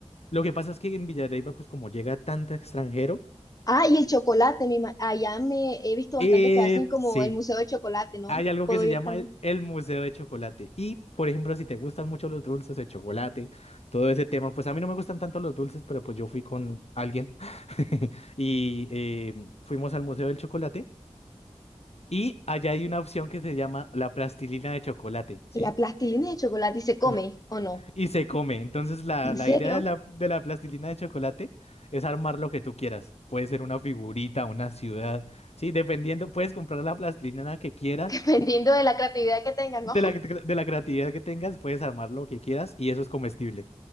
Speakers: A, on the left; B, on the left.
A: Lo que pasa es que en Villa de Leyva, pues como llega tanto extranjero,
B: Ah, y el chocolate, mi ma- allá me he visto
A: eh,
B: bastante que hacen como
A: sí.
B: el museo de chocolate, ¿no?
A: Hay algo
B: Puedo
A: que se
B: ir
A: llama
B: también.
A: el, el Museo de Chocolate. Y, por ejemplo, si te gustan mucho los dulces de chocolate, todo ese tema, pues a mí no me gustan tanto los dulces, pero pues yo fui con alguien <laughs> y eh, fuimos al Museo del Chocolate y allá hay una opción que se llama la plastilina de chocolate, ¿sí?
B: ¿La plastilina de chocolate se come
A: La-
B: o no?
A: Y se come. Entonces, la,
B: ¿En
A: la
B: serio?
A: idea de la, de la plastilina de chocolate es armar lo que tú quieras. Puede ser una figurita, una ciudad, ¿sí? Dependiendo, puedes comprar la plastilina que quieras.
B: <laughs> Dependiendo de la creatividad que tengan,
A: De
B: ¿no?
A: la, que de la creatividad que tengas, puedes armar lo que quieras y eso es comestible,